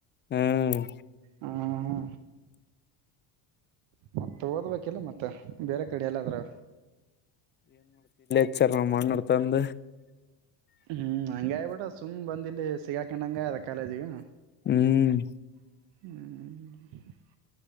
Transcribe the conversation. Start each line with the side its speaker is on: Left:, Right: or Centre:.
Left: ಹ್ಮ್
Right: ಹಾ ಹಾ ಮತ್ತ ಓದ್ಬೇಕಿಲ್ಲ ಮತ್ತೆ ಬೇರೆ ಕಡೆ ಎಲ್ಲಾದ್ರೂ
Left: ವಿಚಾರ ಮಾಡ್ ನೋಡ್ ತಂದ
Right: ಹ್ಮ್ ಹಂಗ ಆಬಿಟ ಸುಮ್ ಬಂದಿಲ್ಲಿ ಸಿಗಾಕಂಡ್ ಹಂಗ ಆದ ಕಾಲೇಜಿಗ
Left: ಹ್ಮ್
Right: ಹ್ಮ್